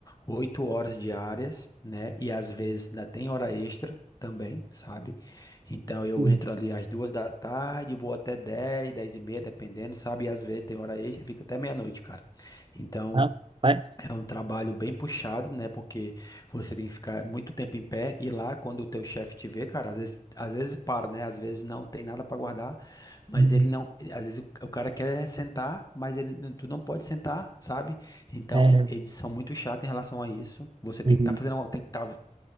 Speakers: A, on the left; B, on the right.
A: oito horas diárias, né, e às vezes ainda tem hora extra também, sabe? Então eu
B: Uhum.
A: entro ali às duas da tarde, vou até dez, dez e meia, dependendo, sabe? E às vezes tem hora extra, e fica até meia-noite, cara. Então,
B: Ah, vai.
A: é um trabalho bem puxado, né? Porque você tem que ficar muito tempo em pé e lá, quando o teu chefe te vê, cara, às vezes, às vezes para, né? Às vezes não tem nada para guardar, mas
B: Uhum.
A: ele não, às vezes o, o cara quer sentar, mas ele, não- tu não pode sentar, sabe? Então,
B: É.
A: eles são muito chatos em relação a isso. Você
B: Uhum.
A: tem que estar fazendo, algo, tem que estar